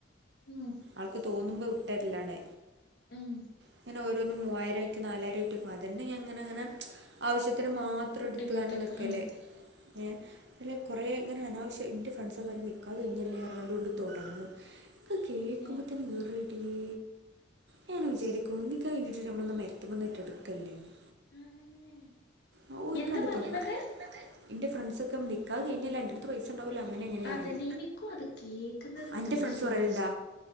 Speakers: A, on the left (about 55°); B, on the right (about 60°).
A: ഉം
B: ആൾക്ക് തോന്നുമ്പോ വിട്ടര്ല്ലാണ്
A: ഉം
B: ഇങ്ങനെ ഓരോന്നും മൂവായിരായി നാലായിരായിട്ടും അതന്നെ ഞാ ഇങ്ങനെ ഇങ്ങനെ ആവശ്യത്തിന് മാത്രം
A: കൂട്ടിക്കെട്ടൊക്കെ
B: എടുത്തുകാണ്ട് നിക്കല്
A: ആ
B: ഏഹേ അല്ലെ കൊറേ ഇങ്ങനെ അനാവശ്യാ ആയി ഇൻ്റെ ഫ്രണ്ട്സൊക്കെ അന്റെ നിക്കാഹ് കഴിഞ്ഞല്ലേ പറഞാണ്ടാണ്ട് തൊടങ്ങു ഇൻക്കഹ് കേക്കുമ്പോ
A: ഏ
B: ത്തന്നെ ഈറേ ടീ ഞാ ഇങ്ങനെ വിചാരിക്കും നിക്കാഹ് കഴിഞ്ഞിട്ടെറ്റെ നമ്മളെന്താ മരത്ത്മെന്നെറ്റ ഇട്ക്കല്ലേന്ന്
A: ആണല്ലേ
B: ആഹ് ഓര്ക്കാണ്ട്
A: എന്താ പറഞ്ഞത്
B: തൊട്ങ്ങാ എന്താ പറഞ്ഞത് ഇന്റെ ഫ്രണ്ട്സൊക്കെ പറിയാ നിക്കാഹ് കഴിഞ്ഞതല്ലേ അന്റെടു ത്ത് പൈസണ്ടാവൊല്ലോ അങ്ങനെയിങ്ങനെ
A: അതന്നെ
B: പറിയും
A: എനിക്കും അത് കേക്കുന്നത്
B: അന്റെ
A: ദേഷ്യാടി
B: ഫ്രണ്ട്സ് പറയല്ണ്ടോ?